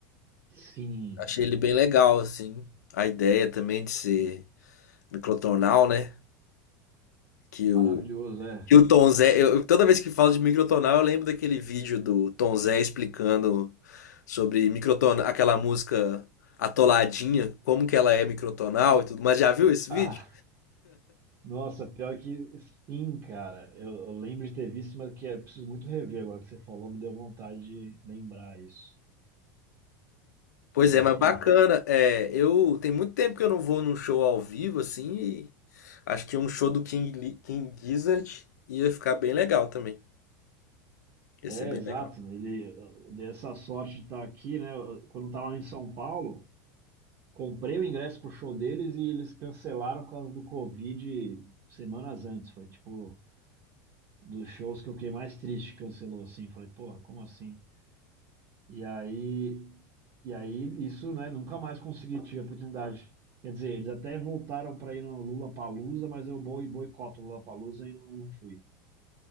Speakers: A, on the right; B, on the left.
A: sim,
B: Achei ele bem legal, assim. A ideia também de ser microtonal, né? Que
A: maravilhoso,
B: o,
A: é.
B: que o Tom Zé. Eu, eu- toda vez que falo de microtonal, eu lembro daquele vídeo do Tom Zé explicando sobre microtonal, aquela música Atoladinha, como que ela é microtonal e tudo. Mas já viu esse
A: Ah,
B: vídeo?
A: nossa, pior que sim, cara. Eu, eu lembro de ter visto, mas que é preciso muito rever agora que você falou, me deu vontade de lembrar isso.
B: Pois
A: <laughs>
B: é, mas bacana. É, eu tem muito tempo que eu não vou num show ao vivo assim, e acho que um show do King, Li- King Gizzard ia ficar bem legal também. Ia
A: É,
B: ser bem
A: exato.
B: legal.
A: Ele eu dei essa sorte de estar aqui, né? Eu- Quando eu estava em São Paulo, comprei o ingresso pro show deles e eles cancelaram por causa do Covid semanas antes. Foi tipo dos shows que eu fiquei mais triste, cancelou assim. Falei, porra, como assim? E aí, e aí isso, né? Nunca mais consegui tive a oportunidade. Quer dizer, eles até voltaram para ir no Lollapalooza, mas eu boi- boicoto o Lollapalooza e não, não fui.